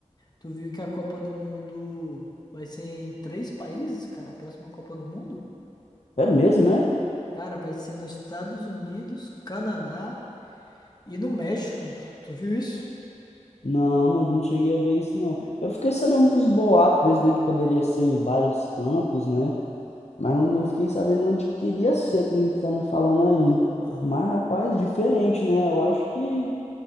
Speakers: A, on the left; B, on the left.
A: tu viu que a Copa do Mundo vai ser em três países, cara, a próxima Copa do Mundo?
B: É mesmo, é?
A: Cara, vai ser nos Estados Unidos, Canadá e no México. Tu viu isso?
B: Não, não, não cheguei a ver isso, não. Eu fiquei sabendo dos boatos desde aí que poderia ser em vários cantos, né? Mas não, não fiquei sabendo onde queria ser, que nem tu tá me falando aí.
A: Aham.
B: Mas, rapaz, diferente, né? Eu acho que.